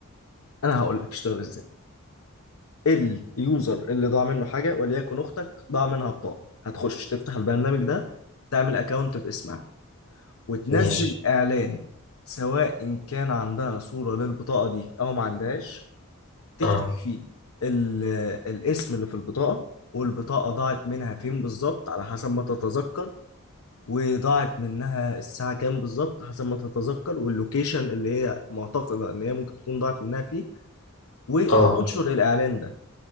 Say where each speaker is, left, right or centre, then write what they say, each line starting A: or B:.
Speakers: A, on the left; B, on the left.
A: انا هقول لك اشتغل ازاي اليوزر اللي ضاع منه حاجه وليكن اختك ضاع منها بطاقه هتخش تفتح البرنامج ده تعمل اكونت باسمها وتنزل
B: ماشي
A: إعلان سواء إن كان عندها صورة للبطاقة دي أو ما عندهاش تكتب
B: اه
A: فيه ال- الاسم اللي في البطاقة والبطاقة ضاعت منها فين بالظبط على حسب ما تتذكر وضاعت منها الساعة كام بالظبط حسب ما تتذكر واللوكيشن اللي هي معتقدة إن هي ممكن تكون ضاعت منها فيه وتنشر
B: اه
A: الإعلان ده